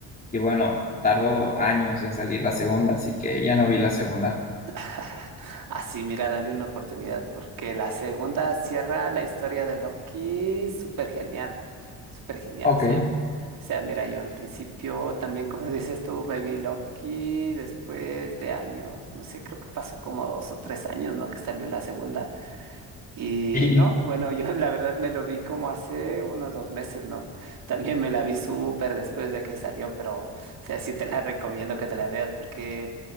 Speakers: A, on the left; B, on the right.
A: y bueno, tardó años en salir la segunda, así que ya no vi la segunda.
B: <laughs> Así, mira, dale una oportunidad porque la segunda cierra la historia de Loki súper genial, súper genial.
A: Ok.
B: O sea, em- o sea, mira, yo en principio también, como dices tú, me vi Loki después de años, no sé, creo que pasó como dos o tres años, ¿no? Que salió la segunda. Y
A: Y,
B: no, bueno, yo <laughs> la verdad me lo vi como hace unos dos meses, ¿no? También me la vi súper después de que salió, pero, o sea, sí te la recomiendo que te la veas porque